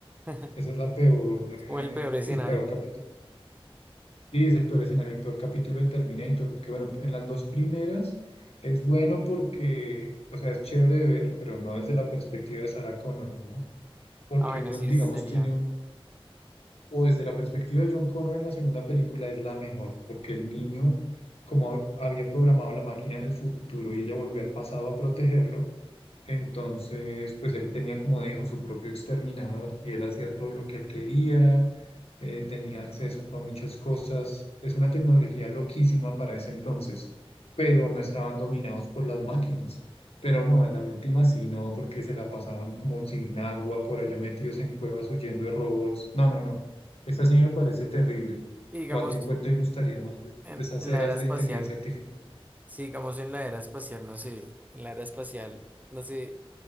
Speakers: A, on the right; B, on the left.
A: <laughs>
B: esa es la peor,
A: O
B: eh,
A: el peor escenario.
B: el peor capítulo. Sí, es el peor escenario, el peor capítulo de Terminator, porque bueno, en las dos primeras es bueno porque, o sea, es chévere de ver, pero no desde la perspectiva de Sarah Connor, ¿no? porque
A: Ah, bueno,
B: uno,
A: sí,
B: digamos,
A: ese sería.
B: tiene un, o desde la perspectiva de John Connor en la segunda película es la mejor, porque el niño, como había programado la máquina en el futuro y ella volvió al pasado a protegerlo, entonces, pues él tenía, como dijo, su propio exterminador y él hacía todo lo que él quería, eh, tenía acceso a muchas cosas. Es una tecnología loquísima para ese entonces, pero no estaban dominados por las máquinas. Pero no, en la última sí, no, porque se la pasaban como sin agua, por allá metidos en cuevas huyendo de robots. No, no, no. Esta sí me parece terrible.
A: Y digamos,
B: ¿O a ti cuál te gustaría más de, de
A: en
B: esas
A: en
B: eras
A: la era espacial.
B: de inteligencia artificial?
A: Sí, digamos en la era espacial, no sé, en la era espacial, no sé,